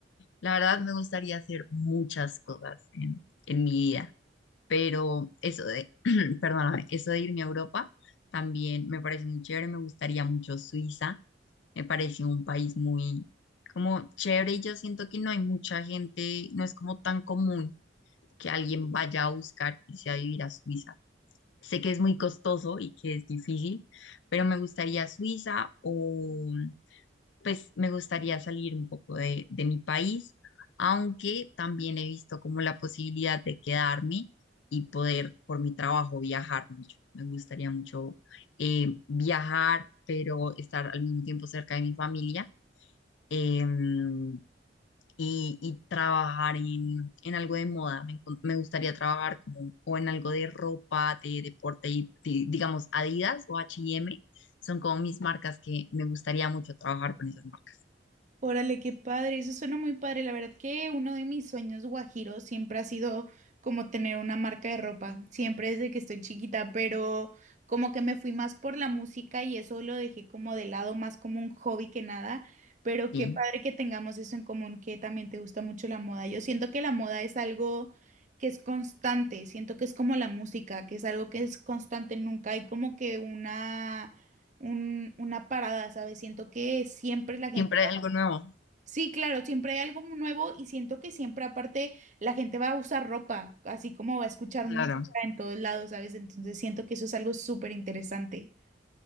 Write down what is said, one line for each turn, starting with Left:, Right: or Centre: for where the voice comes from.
Left: La verdad me gustaría hacer muchas cosas en, en mi vida. pero eso de, <clears throat> perdóname, eso de irme a Europa también me parece muy chévere, me gustaría mucho Suiza, me parece un país muy como chévere y yo siento que no hay mucha gente, no es como tan común que alguien vaya a buscar irse a vivir a Suiza. Sé que es muy costoso y que es difícil, pero me gustaría Suiza o pues me gustaría salir un poco de, de mi país, aunque también he visto como la posibilidad de quedarme y poder por mi trabajo viajar mucho. Me gustaría mucho eh, viajar, pero estar al mismo tiempo cerca de mi familia em, y, y trabajar en, en algo de moda. Me, encon- me gustaría trabajar como, o en algo de ropa, de deporte, y, di- digamos Adidas o H&M. Son como mis marcas que me gustaría mucho trabajar con esas marcas.
Right: Órale, qué padre, eso suena muy padre. La verdad que uno de mis sueños guajiros siempre ha sido como tener una marca de ropa, siempre desde que estoy chiquita, pero como que me fui más por la música y eso lo dejé como de lado, más como un hobby que nada. Pero
Left: Sí.
Right: qué padre que tengamos eso en común, que también te gusta mucho la moda. Yo siento que la moda es algo que es constante, siento que es como la música, que es algo que es constante, nunca hay como que una, un- una parada, ¿sabes? Siento que siempre la gente
Left: Siempre hay algo nuevo,
Right: Sí, claro, siempre hay algo nuevo y siento que siempre aparte la gente va a usar ropa, así como va a escuchar
Left: claro.
Right: música en todos lados, ¿sabes? Entonces siento que eso es algo súper interesante.